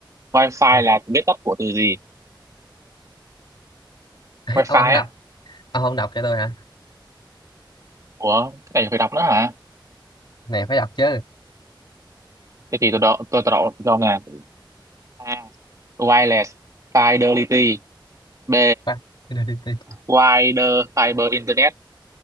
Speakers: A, on the right; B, on the left.
A: Wi-Fi
B: Ờ,
A: là viết tắt của từ gì?
B: <laughs>
A: Wi-Fi
B: ông ông đọc
A: á?
B: ông không đọc cho tôi hả
A: Ủa, cái này phải đọc nữa hả?
B: này phải đọc chứ
A: Thế thì tôi đọc tôi, tôi đọc đâu nè. A. Wireless Fidelity. B.
B: Qua- identity
A: Wider Fiber Internet.